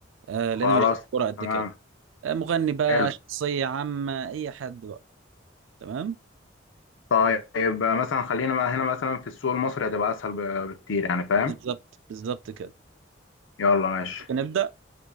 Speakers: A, on the right (about 80°); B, on the left (about 80°).
A: آه، لان
B: خلاص
A: أنا ماليش في الكوره قد
B: تمام
A: كده آه، مغني بقى
B: حلو
A: شخصيه عامه اي حد بقى تمام
B: طيب آه، مثلا خلينا ما هنا مثلا في السوق المصري هتبقى أسهل ب- بكتير يعني فاهم
A: بالظبط بالظبط كده
B: يلا ماشي
A: نبدأ